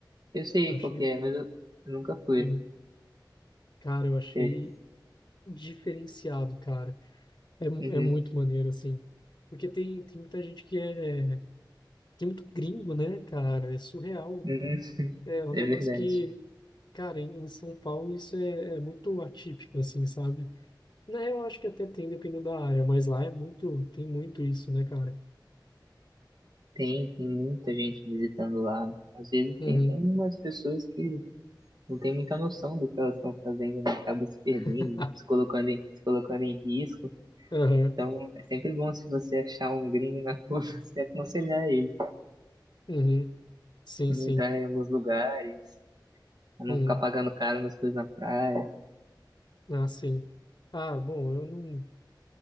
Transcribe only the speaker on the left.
Eu achei,
hum, cara, eu achei
diferenciado, cara. É, mu-
é muito maneiro, assim. Porque tem, tem muita gente que é. Tem muito gringo, né, cara? É surreal
É é um
negócio
que, cara, em em São Paulo isso é, é muito atípico, assim, sabe? Na real, eu acho que até tem, dependendo da área, mas lá é muito, tem muito isso, né, cara?
Uhum,
<laughs>
aham,
uhum, sim,
sim,
uhum,
ah, sim. Ah, bom, eu não,